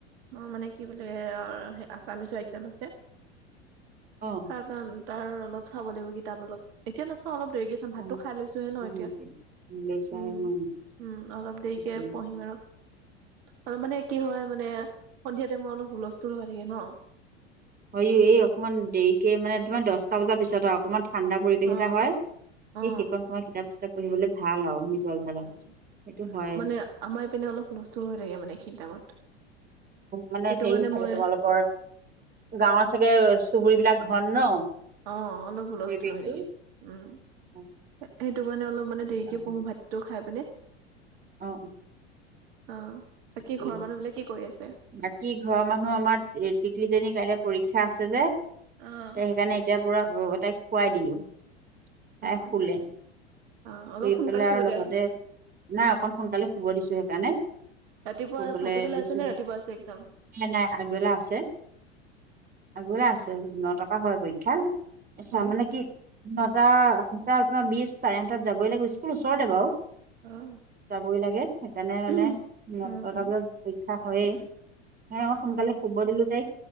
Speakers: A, on the right; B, on the right.
A: অ, মানে কি বোলি, আছামিচৰ এক্সাম আছে।
B: অ।
A: তাৰ তাৰ অলপ চাব লাগিব, কিতাপ অলপ। এতিয়া নাচাওঁ অলপ দেৰিকে।
B: অ
A: ভাতটো খাই লৈছোহে ন
B: দিয়ে
A: এতিয়া। উম-
B: দিয়ে। লৈছা আৰু ন?
A: উম, অলপ দেৰিকে
B: ঠিকেই।
A: পঢ়িম আৰু। তাৰমানে কি হয় মানে, সন্ধিয়া টাইমত অলপ হুলস্থুল হৈ থাকে ন।
B: হয়, এই অকনমান দেৰিকে মানে তোমাৰ দহটা বজাৰ পিছত আৰু অকমান ঠাণ্ডা পৰিৱেশ
A: অ
B: এটা হয়। সেই
A: অ
B: সেইখণ সময়ত কিতাপ- চিতাপ পঢ়িবলৈ ভাল আৰু। নিজৰ ভাগত
A: উম
B: সেইটো হয়।
A: মানে আমাৰ পিনে অলপ হুলস্থল হৈ থাকে মানে, এইখিনি টাইমত।
B: মানে
A: সেইটো
B: হেৰি
A: কাৰণে
B: চাগে,
A: মই
B: তোমালোকৰ গাঁৱৰ চাগে চুবুৰীবিলাক ঘন ন।
A: অ, অলপ হুলস্থুল
B: পৰিৱেশটো
A: হৈ থাকে। উম,
B: অ
A: সেইটো কাৰণে অলপ মানে
B: সেইকাৰণে।
A: দেৰিকে পঢ়ো। ভাত ভাততো খাই পিনে।
B: অ, অ,
A: অ,
B: ঠিকেই
A: বাকী ঘৰৰ মানুহবিলাক কি কৰি আছে?
B: বাকী ঘৰৰ মানুহ আমাৰ টিকলিজনী কাইলৈ পৰীক্ষা আছে যে। তাই
A: অ
B: সেইকাৰণে এতিয়া পুৰা তাইক শুৱাই দিলো, তাই
A: অ
B: শুলে।
A: অ অলপ
B: শুই
A: সোনকালে
B: পেলাই
A: শুব
B: আৰু লগতে,
A: দিয়া
B: নাই অকণ সোনকালে শুব দিছো সেইকাৰণে।
A: ৰাতিপুৱা,
B: শুবলৈ
A: ভাতিবেলা
B: দিছো
A: আছে নে ৰাতিপুৱা আছে এক্সাম?
B: নাই- নাই আগবেলা আছে। আগবেলা আছে, নটা পৰা হয় পৰী ক্ষা।
A: হয়
B: মানে কি নটা, আঠটা তোমাৰ বিশ চাৰে আঠটা যাবই লাগিব, স্কুল ওচৰতে বাৰু।
A: অ।
B: যাবই লাগে। সেইকাৰণে মানে
A: উম
B: ন'টা
A: উম
B: বজাত পৰীক্ষা হয়েই।
A: হয়
B: এ অ, সোনকালে শুব দিলো তাইক।